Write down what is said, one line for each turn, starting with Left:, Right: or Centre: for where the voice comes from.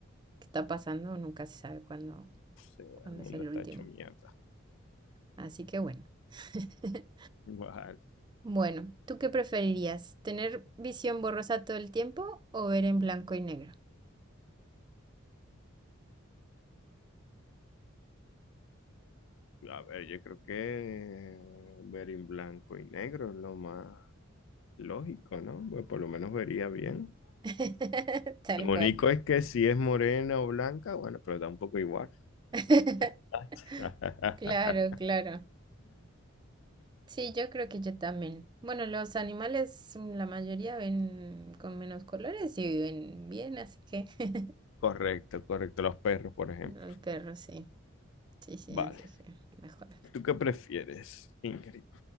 Right: que está pasando, nunca se sabe cuándo,
Left: Sí,
Right: cuándo
Left: el mundo
Right: es el
Left: está
Right: último.
Left: hecho mierda.
Right: Así que bueno. <laughs>
Left: Vale.
Right: Bueno, ¿tú qué preferirías? ¿Tener visión borrosa todo el tiempo o ver en blanco y negro?
Left: A ver, yo creo que ver en blanco y negro es lo más lógico, ¿no? Pues por lo menos vería bien.
Right: <laughs> Tal
Left: Lo
Right: cual.
Left: único es que si es morena o blanca, bueno, pero da un poco igual.
Right: <laughs>
Left: <laughs>
Right: Claro, claro. Sí, yo creo que yo también. Bueno, los animales, mm, la mayoría ven con menos colores y viven bien, así que <laughs>
Left: Correcto, correcto. Los perros, por ejemplo.
Right: el perro sí. Sí, sí,
Left: Vale.
Right: así que mejor.
Left: ¿Tú qué prefieres, Ingrid?